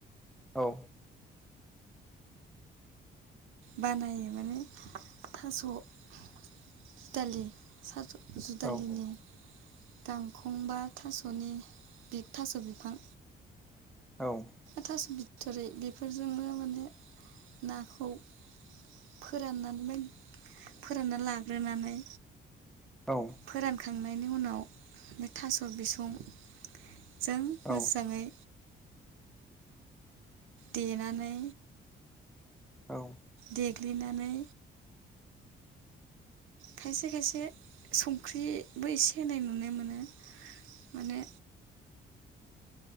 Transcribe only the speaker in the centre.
औ
औ
औ
औ
औ
औ।